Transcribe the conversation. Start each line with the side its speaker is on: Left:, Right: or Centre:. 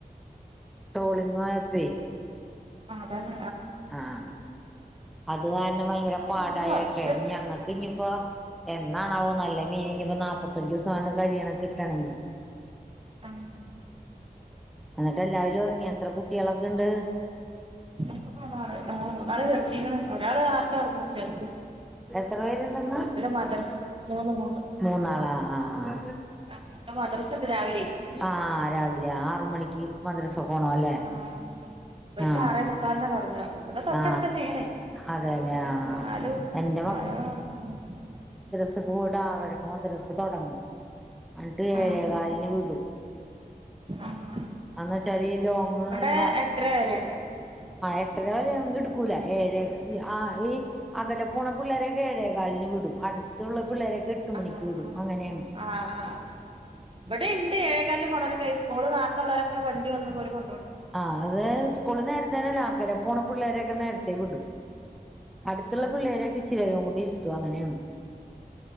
Centre: ട്രോളിങ്ങായപ്പേ.
Right: അതാണ്.
Centre: ആഹ് അത് കാരണം ഭയങ്കര പാടായക്കെ
Right: പിന്നെ കൊറച്ച്
Centre: ഇഞ്ഞി ങ്ങക്ക് ഞി ഇപ്പോ എന്നാണാവോ നല്ല മീനിനി ഇപ്പം നാപ്പത്തഞ്ചൂസാണ് കഴിയണം കിട്ടണെങ്കി.
Right: <unintelligible>
Centre: എന്നിട്ട് എല്ലാരും ഒർങ്ങിയോ എത്ര കുട്ടികളൊക്കെ ഇണ്ട്?
Right: <unintelligible> ഒരാൾ നേർത്തെ ഒർങ്ങും ചെർ
Centre: എത്ര പേരുണ്ടെന്ന്
Right: മദ്രസ് മൂന്ന് മൂന്ന്
Centre: മൂന്നാളാ ആഹ്
Right: ആഹ് ഇപ്പൊ മദ്രസ ഇണ്ട് രാവിലെ
Centre: ആ രാവിലെ ആറു മണി ക്ക് മദ്രസ പോണം അല്ലേ
Right: ആഹ് ഇവരിക്ക്
Centre: ആ
Right: ആറേ മുക്കാലിനാ തുടങ്ങാ ഇവടെ തൊട്ടടുത്തന്നെയാണ്
Centre: ആ അതെല്ലേ ആ
Right: എന്നാലും
Centre: എന്റെ
Right: <unintelligible>
Centre: <unintelligible> ഒരാറരക്ക്‌ മദ്രസ തൊടങ്ങും അന്നിട്ട്
Right: ആഹ്
Centre: ഏഴേകാലിന്
Right: ആഹ്
Centre: എന്നാച്ചാല് ലോങ്ങ്
Right: ഇവിടെ
Centre: യാ
Right: <unintelligible>
Centre: ആ എട്ടര വരെ ഞങ്ങക്ക് എടുക്കൂല ഏഴേ ആ ഈ അകല പോണ പിള്ളേരൊക്കെ ഏഴേകാലിന് വിടും അടുത്തുള്ള പിള്ളേരൊക്കെ എട്ട്
Right: ആ
Centre: മണിക്ക് വിടും
Right: ആ
Centre: അങ്ങനെയാണ്
Right: ആ ആ ആ ഇവിടെ ഇണ്ട് ഏഴേകാലിന് പോണോര ക്കെ സ്കൂള് നേരത്തെ ഉള്ളോരൊക്കെ വണ്ടി വന്ന് ഓര് കൊണ്ട് കൊണ്ടോന്നുണ്ട്.
Centre: ആഹ് അത് സ്കൂളിൽ നേര <unintelligible> അകലെ പോണ പുള്ളേരൊക്കെ നേരത്തെ വിടും. അടുത്തുള്ള പിള്ളേരൊക്കെ ഇച്ചിരി നേരം കൂടി ഇരുത്തും അങ്ങനെയാണ്.